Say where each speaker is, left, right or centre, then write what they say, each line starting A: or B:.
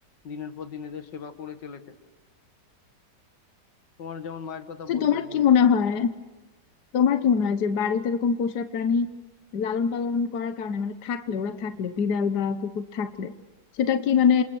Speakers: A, on the left (about 85°); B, on the left (about 70°).
A: দিনের পর দিন এদের সেবা করে চলেছে তোমার যেমন মায়ের কথা
B: তো
A: বললেন
B: তোমার কি
A: যে
B: মনে
A: সে
B: হয় তোমার কি মনে হয় যে বাড়িতে এরকম পোষা প্রাণী লালন পালন করার কারণে মানে থাকলে ওরা থাকলে বিড়াল বা কুকুর থাকলে সেটা কি মানে